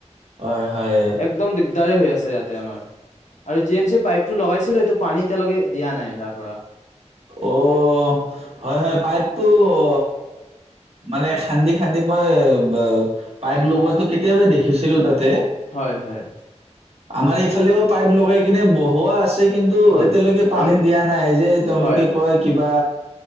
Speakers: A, on the right (about 60°); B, on the left (about 80°).
A: হয় হয়
B: একদম দিগ হৈ আছে ইয়াতে আমাৰ, আৰু জি এম চিৰ পাইপটো লগাইছিলোঁ সিটো পানী এতিয়ালৈকে দিয়া নাই তাৰ পৰা।
A: অ', হয় হয় পাইপটো, অ, মানে খান্দি খান্দি মই ব পাইপ লগোৱাটো কেতিয়াবা দেখিছিলো তাত
B: হয় হয়।
A: আমাৰ এইফালেও পাইপ লগাই কিনে বহুঁৱা আছ কিন্তু
B: হয়
A: এতিয়ালৈকে পানী
B: আমি
A: দিয়া নাই যে তেওঁলোকে
B: হয়
A: এ কিবা,